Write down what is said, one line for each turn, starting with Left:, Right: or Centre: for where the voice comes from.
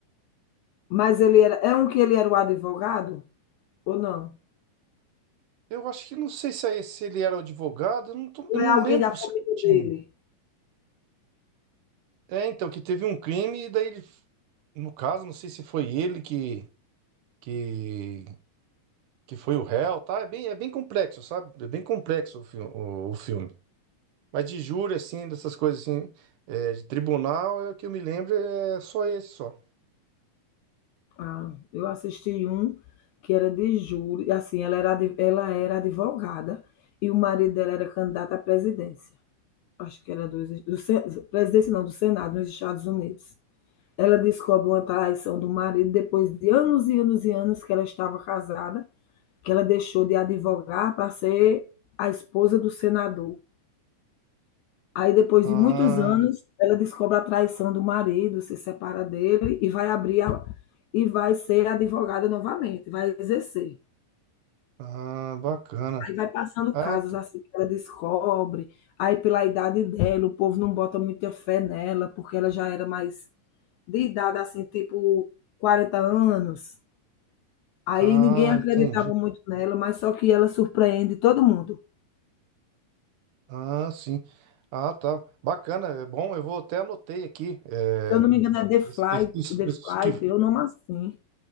Left: Mas ele era. É um que ele era o advogado? Ou não?
Right: Eu acho que não sei se, é esse, se ele era o advogado, eu não, tô-
Left: Ou
Right: eu não
Left: é alguém
Right: lembro
Left: da família
Right: certinho.
Left: dele?
Right: É, então, que teve um crime e daí ele, no caso, não sei se foi ele que, que, que foi o réu, tá? É bem, é bem complexo, sabe? É bem complexo o, fi- o, o filme. Mas de júri, assim, dessas coisas assim, é, de tribunal, é o que eu me lembro é só esse, só.
Left: Ah, eu assisti um que era de júri. Assim, ela era, adv- ela era advogada e o marido dela era candidato à presidência. Acho que era dos, do, Sen- presidência, não, do Senado, nos Estados Unidos. Ela descobre uma traição do marido depois de anos e anos e anos que ela estava casada que ela deixou de advogar para ser a esposa do senador. Aí, depois
Right: Ah,
Left: de muitos anos, ela descobre a traição do marido, se separa dele e vai abrir a, e vai ser advogada novamente, vai exercer.
Right: ah, bacana.
Left: Aí vai passando
Right: Ah,
Left: casos
Right: então.
Left: assim que ela descobre. Aí, pela idade dela, o povo não bota muita fé nela, porque ela já era mais de idade, assim, tipo 40 anos. Aí
Right: Ah,
Left: ninguém acreditava
Right: entendi.
Left: muito nela, mas só que ela surpreende todo mundo.
Right: Ah, sim. Ah, tá. Bacana, é bom. Eu vou até anotei aqui. é,
Left: Se eu não me engano, é The Flight,
Right: isso, isso, isso,
Left: The
Right: isso
Left: Flight,
Right: que-
Left: eu não assim.